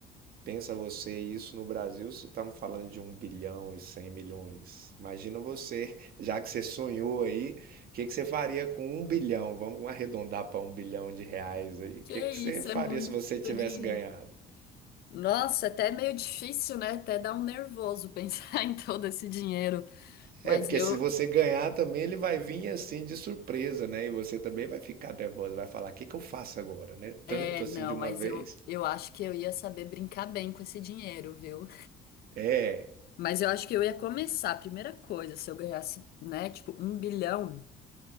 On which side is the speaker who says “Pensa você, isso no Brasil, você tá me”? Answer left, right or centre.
Right